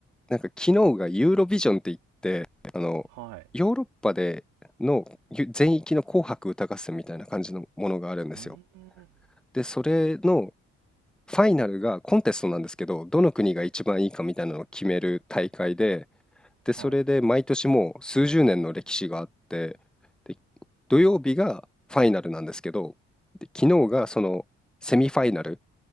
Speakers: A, in the centre; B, on the right (about 85°).
A: なんか昨日がユーロビジョンって言って、あの、
B: はい。
A: ヨーロッパでのゆ全域の紅白歌合戦みたいな感じのものがあるんですよ。
B: うーん。
A: で、それのファイナルがコンテストなんですけど、どの国が一番いいかみたいなのを決める大会で、で、
B: はい。
A: それで毎年もう数十年の歴史があって、で、土曜日がファイナルなんですけど、で、昨日がそのセミファイナル